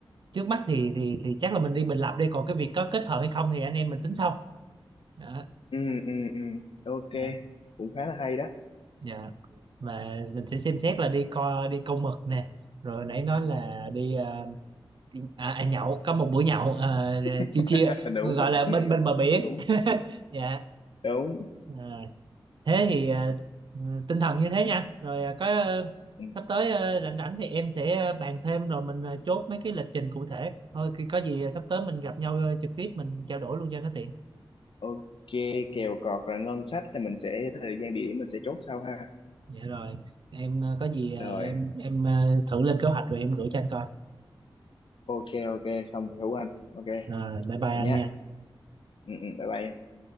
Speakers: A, on the right; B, on the left.
A: trước mắt thì thì thì chắc là mình đi bình lập đi còn cái việc có kết hợp hay không thì anh em mình tính sau đó,
B: ừ ừ ừ ok
A: đó.
B: cũng khá là hay đó
A: Dạ. và mình sẽ xem xét là đi co đi câu mực nè rồi nãy nói là đi à, đi- à, à, nhậu có một buổi nhậu à,
B: <laughs>
A: chiêu chiêu
B: đúng
A: gọi là bên bên bờ biển
B: đúng
A: <laughs> dạ
B: đúng
A: À, thế thì ờ, tinh thần như thế nha anh. rồi ờ, có ờ,
B: Ừ,
A: sắp tới ờ, rảnh rảnh thì em sẽ ờ, bàn thêm rồi mình ờ, chốt mấy cái lịch trình cụ thể thôi khi có gì ờ, sắp tới mình gặp nhau ờ, trực tiếp mình trao đổi luôn cho nó tiện
B: ok kèo cọt là ngân sách thì mình sẽ thời gian địa điểm mình sẽ chốt sau ha
A: dạ rồi em ờ, có gì ờ,
B: rồi
A: em em ờ, thử lên kế hoạch rồi em gửi cho anh coi
B: ok ok xong thì hữu anh ok
A: rồi bye bye
B: vậy
A: anh
B: nhá
A: nha
B: ừ, ừ, bye bye em.